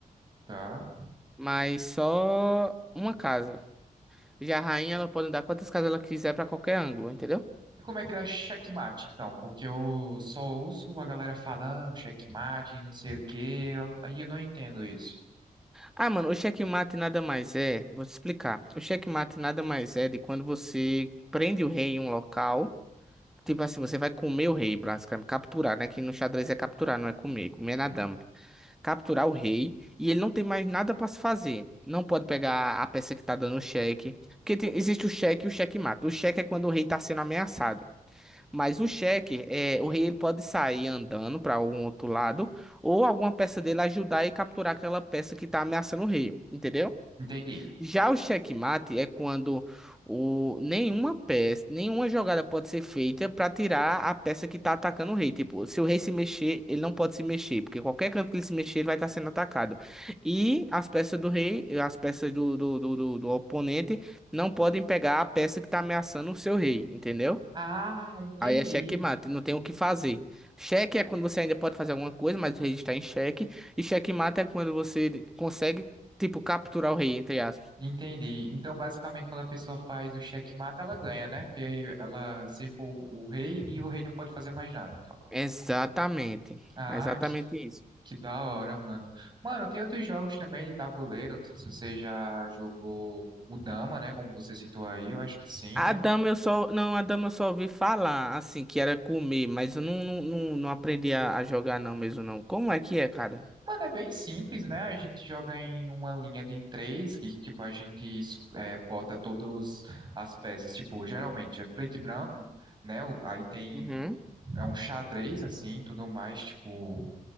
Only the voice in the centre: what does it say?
mas só uma casa. Já a rainha ela pode andar quantas casas ela quiser pra qualquer ângulo, entendeu?
Ah, mano, o checkmate nada mais é. Vou te explicar. O checkmate nada mais é de quando você prende o rei em um local. Tipo assim, você vai comer o rei, basicamente. Capturar, né? Que no xadrez é capturar, não é comer. Comer é na
dama. capturar o rei e ele não tem mais nada para se fazer. Não pode pegar a peça que tá dando o cheque, porque tem- existe o cheque e o cheque-mate. O cheque é quando o rei tá sendo ameaçado. Mas o cheque é o rei ele pode sair andando para algum outro lado ou alguma peça dele ajudar e capturar aquela peça que tá ameaçando o rei, entendeu?
Já o checkmate é quando o, nenhuma peça, nenhuma jogada pode ser feita para tirar a peça que tá atacando o rei. Tipo, se o rei se mexer, ele não pode se mexer, porque qualquer canto que ele se mexer, ele vai estar sendo atacado. E as peças do rei, as peças do, do, do, do- do oponente, não podem pegar a peça que tá ameaçando o seu rei, entendeu?
Aí é checkmate, não tem o que fazer. Cheque é quando você ainda pode fazer alguma coisa, mas o rei está em cheque. E checkmate é quando você consegue, tipo, capturar o rei, entre aspas.
Exatamente.
Exatamente
isso.
A
dama eu só. Não, a dama eu só ouvi falar, assim, que era comer, mas eu não, não, não, não aprendi a, a jogar, não, mesmo não. Como é que é, cara?
Uhum.